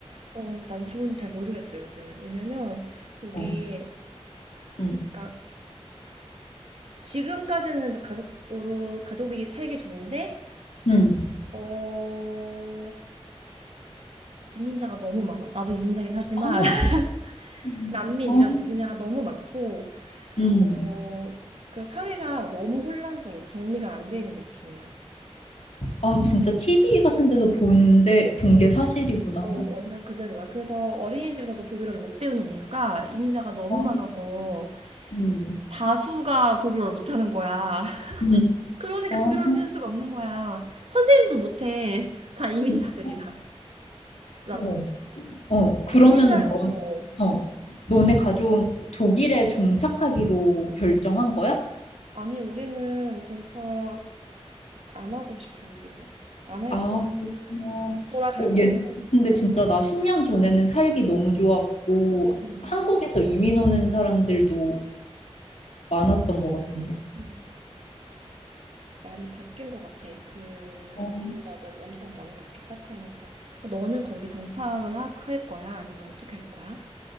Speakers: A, on the right; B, on the left.
A: 어 나는 좋은지 잘 모르겠어요 요즘엔 왜냐면 여기
B: 어, 음,
A: 그러니까 지금까지는 이제 가족으로 가족이 살기 좋은데
B: 음.
A: 어 이민자가 너무 많아 나도 이민자긴 하지만
B: 아,
A: <laughs>
B: 음,
A: 난민
B: 어,
A: 이런 이민자가 너무 많고
B: 음.
A: 어 그리고 사회가 너무 혼란스러워 정리가 안 되는 느낌이야
B: 아, 진짜 TV 같은 데서 본데, 본 게 사실이구나.
A: 어, 완전 그대로야. 그래서 어린이집에서도 독일어를 못 배우는 이유가 이민자가 너무
B: 아,
A: 많아서
B: 음,
A: 다수가 독일어를 못하는 거야. <laughs>
B: 음,
A: 그러니까
B: 아,
A: 독일어를 배울 수가 없는 거야. 선생님도 못해. 다 이민자들이라.
B: 음,
A: 나,
B: 어머. 어, 그러면은
A: 그러니까 이민자,
B: 너,
A: 어.
B: 어, 너네 가족은 독일에 정착하기로 결정한 거야?
A: 아니, 우리는 정착 안 하고 싶어, 여기서. 안 할
B: 아,
A: 거야.
B: 그렇구나.
A: 돌아갈
B: 어,
A: 거고.
B: 얘, 근데 진짜 나 10년 전에는 살기 너무 좋았고,
A: 음,
B: 한국에서 이민 오는 사람들도 많았던 것 같은데.
A: 음. 많이 바뀐 것 같아. 그
B: 어,
A: 이민자들 엄청 많이 바뀌기 시작하면서. 너는 거기 정착을 하- 할 거야? 아니면 어떻게 할 거야?